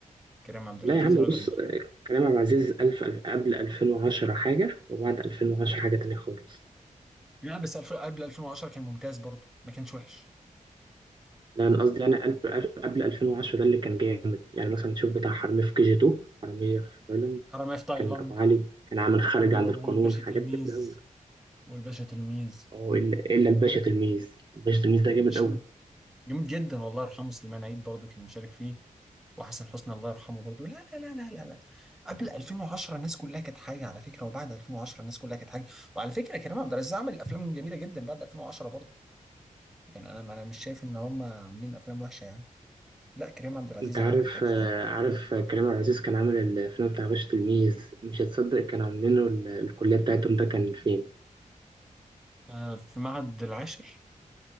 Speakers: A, in the centre; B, on the right (about 30°).
A: كريم عبد العزيز
B: لا يا عم
A: راجل
B: بص
A: محترم
B: آه، كريم عبد العزيز ألف قبل 2010 حاجة وبعد 2010 حاجة تانية خالص
A: لا بس 2000 قبل 2010 كان ممتاز برضه ما كانش وحش
B: لا انا قصدي يعني قبل قبل 2010 ده اللي كان جامد يعني مثلا تشوف بتاع حرامية في كي جي 2 حرامية في تايلاند
A: حرامية في تايلاند
B: كان ابو علي كان عامل خارج
A: و-
B: عن القانون
A: والباشا
B: حاجات
A: تلميذ
B: جامدة قوي
A: والباشا تلميذ
B: اه الا إلا الباشا تلميذ الباشا تلميذ ده جامد
A: الباشا
B: قوي
A: جميل جدا والله يرحمه سليمان عيد برضه كان مشارك فيه وحسن حسني الله يرحمه برضه لا لا لا لا لا لا قبل 2010 الناس كلها كانت حاجه على فكره وبعد 2010 الناس كلها كانت حاجه وعلى فكره كريم عبد العزيز عمل افلام جميله جدا بعد 2010 برضه يعني انا انا مش شايف ان هم عاملين افلام وحشه يعني لا كريم عبد العزيز
B: انت عارف
A: عامل حاجه
B: آه،
A: حلوه
B: عارف كريم عبد العزيز كان عامل الفيلم بتاع باشا تلميذ مش هتصدق كان عاملينه ال- الكلية بتاعتهم ده كان فين
A: آه، في معهد العاشر